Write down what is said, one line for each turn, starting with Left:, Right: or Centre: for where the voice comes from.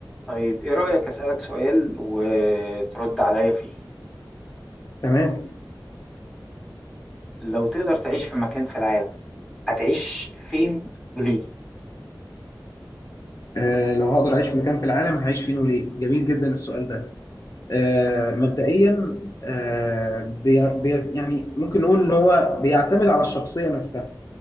Centre: طيب إيه رأيك أسألك سؤال وترد عليا فيه
Left: تمام
Centre: لو تقدر تعيش في مكان في العالم هتعيش فين وليه
Left: آه لو هقدر اعيش في مكان في العالم هعيش فين وليه جميل جدا السؤال ده آه مبدئيا آه بي بي يعني ممكن نقول ان هو بيعتمد على الشخصيه نفسها